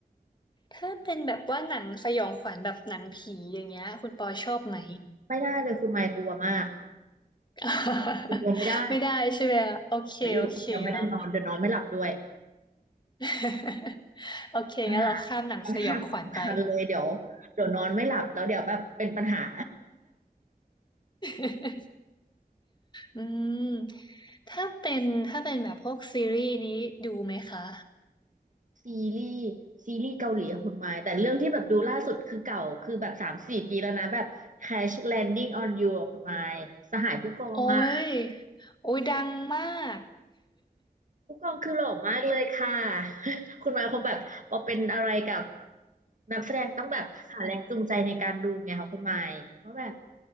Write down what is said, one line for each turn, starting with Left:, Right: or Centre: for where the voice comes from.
Left: ถ้าเป็นแบบว่าหนังสยองขวัญแบบหนังผีอย่างเงี้ยคุณปอชอบไหม
Right: ไม่ได้เลยคุณไมค์กลัวมาก
Left: <laughs>
Right: คนเดียวไม่ได้
Left: ไม่ได้ใช่ไหมอะโอเคโอเคแล้ว
Right: เดี๋ยวอยู่คนเดียวไม่ได้นอนเดี๋ยวนอนไม่หลับด้วย
Left: <laughs> โอเคงั้นเราข้ามหนังสยองขวัญไป
Right: ปัญหาปัญหาสำคัญเลยเดี๋ยวเดี๋ยวนอนไม่หลับแล้วเดี๋ยวแบบเป็นปัญหา
Left: <laughs> อืมถ้าเป็นถ้าเป็นแบบพวกซีรีส์นี้ดูไหมคะ
Right: ซีรีส์ซีรีส์เกาหลีอะคุณไม้แต่เรื่องที่แบบดูล่าสุดคือเก่าคือแบบสามสี่ปีแล้วนะแบบ Crash Landing on You อะคุณไม้สหายผู้กองอะ
Left: โอ้ยโอ้ยดังมาก
Right: ผู้กองคือหล่อมากเลยค่ะ <laughs> คุณไม้คงแบบพอเป็นอะไรกับนักแสดงต้องแบบหาแรงจูงใจในการดูไงค่ะคุณไม้เพราะแบบ